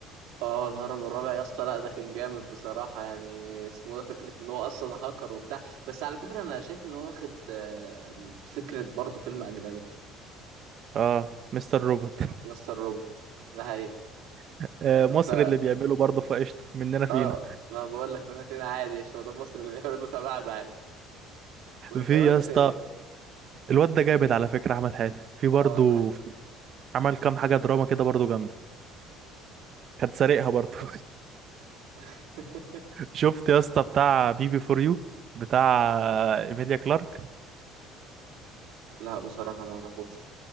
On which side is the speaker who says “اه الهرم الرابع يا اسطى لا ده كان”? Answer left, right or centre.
Right